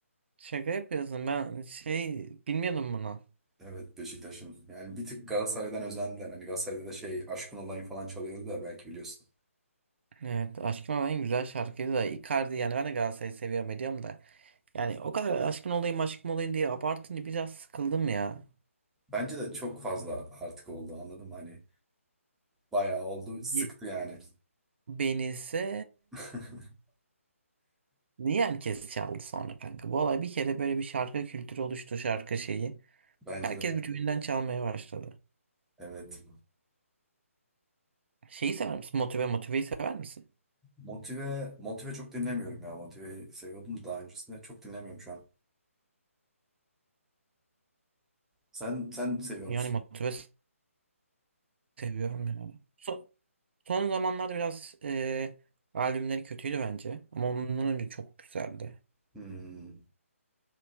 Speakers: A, on the right; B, in the centre.
A: Şaka yapıyorsun. Ben şey bilmiyordum bunu.
B: Evet Beşiktaş'ın. Yani bir tık Galatasaray'dan özendiler. Hani Galatasaray'da da şey Aşkın Olayım falan çalıyordu da belki biliyorsun.
A: Evet, Aşkın Olayım en güzel şarkıydı da Icardi yani ben de Galatasaray'ı seviyorum ediyorum da. Yani o kadar aşkın olayım aşkın olayım diye abartınca biraz sıkıldım ya.
B: Bence de çok fazla artık oldu anladım. Hani bayağı oldu. Sıktı
A: Ye-
B: yani.
A: Beni ise
B: <laughs>
A: niye herkes çaldı sonra kanka? Bu olay bir kere böyle bir şarkı kültürü oluştu şarkı şeyi.
B: Bence
A: Herkes
B: de.
A: birbirinden çalmaya başladı.
B: Evet.
A: Şeyi sever misin? Motive Motive'yi sever misin?
B: Motive, motive çok dinlemiyorum ya. Motive'yi seviyordum da daha öncesinde. Çok dinlemiyorum şu an. Sen sen seviyor
A: Yani
B: musun?
A: Motive seviyorum yani. Son, son zamanlarda biraz e, albümleri kötüydü bence. Ama ondan önce çok güzeldi.
B: Hmm.